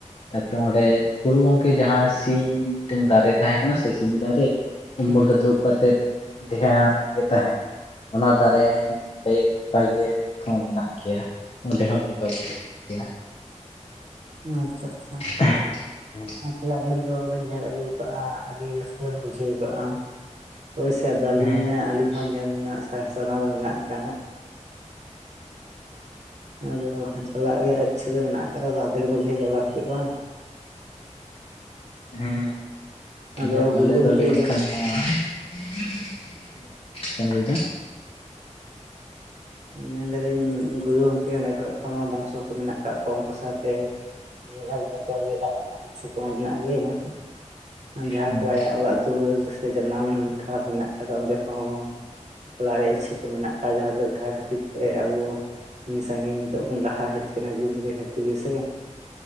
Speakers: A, on the left; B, on the right.
A: ᱛᱟᱯᱚᱨᱮ ᱚᱸᱰᱮ, ᱜᱩᱨᱩ ᱜᱚᱝᱠᱮ ᱡᱟᱦᱟᱸ ᱥᱤᱧ ᱢᱤᱫᱴᱟᱝ ᱫᱟᱨᱮ ᱛᱟᱦᱮᱸ ᱠᱟᱱᱟ ᱥᱮ ᱥᱤᱧ ᱫᱟᱨᱮ ᱩᱢᱩᱞ
B: ᱦᱳᱭ
A: ᱨᱮ ᱫᱩᱲᱩᱵ, ᱠᱟᱛᱮ ᱫᱷᱮᱭᱟᱱ ᱜᱮ ᱛᱟᱦᱮᱱ ᱚᱱᱟ ᱫᱟᱨᱮ ᱦᱚᱸ ᱚᱸᱰᱮ ᱱᱟᱯᱟᱭ ᱜᱮ ᱦᱚᱸ ᱢᱮᱱᱟᱜ ᱜᱮᱭᱟ ᱚᱸᱰᱮ ᱦᱚᱸ ᱵᱚᱸᱜᱟ ᱵᱩᱨᱩ ᱦᱩᱭᱩᱜ ᱜᱮᱭᱟ ᱾
B: ᱟᱪᱷᱟ ᱟᱪᱷᱟ,
A: ᱦᱮᱸ <inaudible>
B: <unintelligible> ᱟᱨ ᱛᱟᱦᱚᱞᱮ <unintelligible> ᱟᱵᱮᱱ ᱫᱚ ᱵᱤᱱ ᱧᱮᱞ ᱟᱹᱜᱩ ᱟᱠᱟᱫ-ᱟ ᱟᱹᱰᱤ ᱨᱟᱹᱥᱠᱟᱹ ᱵᱤᱱ ᱵᱩᱡᱷᱟᱹᱣ ᱟᱠᱟᱫ-ᱟ ᱦᱳᱭ ᱥᱮ ᱟᱫᱚ ᱟᱹᱞᱤᱧ
A: ᱦᱮᱸ ᱦᱮᱸ
B: ᱟᱹᱞᱤᱧ
A: ᱚᱵᱚᱥᱥᱳᱭ
B: ᱦᱚᱸ ᱧᱮᱞ ᱨᱮᱱᱟᱜ ᱥᱟᱱᱟ ᱫᱚ ᱢᱮᱱᱟᱜ ᱟᱠᱟᱫ-ᱟ ᱾ ᱟᱫᱚ ᱪᱟᱞᱟᱜ ᱨᱮᱭᱟᱜ ᱤᱪᱷᱟᱹ ᱫᱚ ᱢᱮᱱᱟᱜ ᱟᱠᱟᱫᱟ, <unintelligible> ᱛᱟᱲᱟᱛᱟᱲᱤ ᱢᱚᱫᱽᱫᱷᱮ ᱜᱮ ᱪᱟᱞᱟᱣ ᱦᱩᱭᱩᱜ-ᱟ
A: ᱦᱮᱸ
B: ᱟᱫᱚ
A: ᱡᱭᱦᱩᱠ
B: ᱜᱩᱨᱩ
A: ᱟᱞᱮ
B: ᱜᱚᱝᱠᱮ
A: ᱫᱚ ᱞᱟᱹᱭ ᱞᱮᱠᱷᱟᱱ
B: ᱦᱮᱸ
A: ᱱᱚᱣᱟ <unintelligible> ᱪᱮᱫ ᱮᱢ ᱞᱟᱹᱭ ᱮᱫᱟ
B: ᱢᱮᱱ ᱮᱫᱟᱞᱤᱧ ᱜᱩᱨᱩ ᱜᱚᱢᱠᱮ <unintelligible> ᱠᱷᱚᱱ ᱦᱚᱸ ᱵᱚᱝᱥᱚ ᱠᱚ ᱢᱮᱱᱟᱜ ᱟᱠᱟᱫ ᱠᱚᱣᱟ ᱩᱱᱠᱩ ᱥᱟᱶᱛᱮ <unintelligible> <inaudible> ᱧᱮᱞ ᱧᱮᱯᱮᱞ ᱨᱮᱭᱟᱜ ᱤᱪᱪᱷᱟᱹ ᱠᱚᱦᱚᱸ ᱢᱮᱱᱟᱜ ᱜᱮᱭᱟ ᱡᱟᱦᱟᱸ
A: ᱦᱮᱸ
B: ᱠᱚ ᱟᱭᱟᱜ ᱚᱲᱟᱜ ᱫᱩᱣᱟᱹᱨ ᱥᱮ ᱡᱟᱱᱟᱢ ᱴᱷᱟᱶ ᱢᱮᱱᱟᱜ ᱟᱠᱟᱫᱟ ᱚᱸᱰᱮ ᱦᱚᱸ, ᱪᱟᱞᱟᱣ ᱨᱮᱭᱟᱜ ᱤᱪᱷᱟᱹ ᱠᱚ ᱢᱮᱱᱟᱜ ᱟᱠᱟᱫᱟ ᱡᱟᱦᱟᱸ ᱫᱚ ᱡᱟᱦᱟᱸ, <unintelligible> ᱠᱷᱟᱹᱛᱤᱨ ᱛᱮ ᱟᱵᱚ ᱥᱟᱸᱜᱤᱧ ᱱᱤᱛᱚᱜ ᱵᱚᱱ ᱞᱟᱦᱟ ᱦᱮᱡ ᱟᱠᱟᱱᱟ ᱜᱩᱨᱩ ᱜᱚᱢᱠᱮ ᱠᱷᱟᱹᱛᱤᱨ ᱜᱮ ᱥᱮ